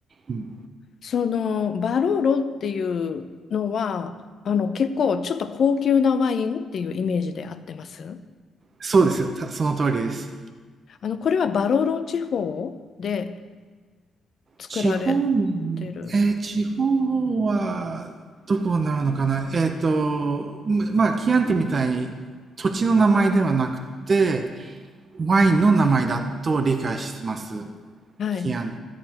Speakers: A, on the right (about 40°); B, on the left (about 55°).
A: うん、
B: その、バロロっていうのは、あの、結構ちょっと高級なワインっていうイメージで合ってます
A: そうですよ。たその通りです。
B: あの、これはバロロ地方で作られてる。
A: 地方、えー地方はどこになるのかなえっと、まあ、キアンティみたいに土地の名前ではなくて、ワインの名前だと理解してます。
B: はい。
A: キアン、